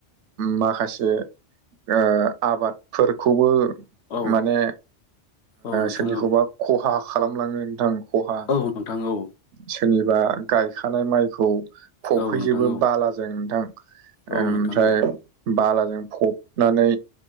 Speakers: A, on the right; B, on the left.
A: माखासे ओ आबादफोरखौबो
B: औ
A: माने
B: औ नोंथां
A: सोरनिखौबा
B: औ
A: खहा खालामलाङो नोंथां। खहा
B: औ नोंथां औ
A: सोरनिबा गायखानाय माइखौ फबफैजोबो
B: औ नोंथां औ
A: बालाजों नोंथां
B: औ नोंथां औ
A: ओमफ्राय
B: नोंथां
A: बालाजों फबनानै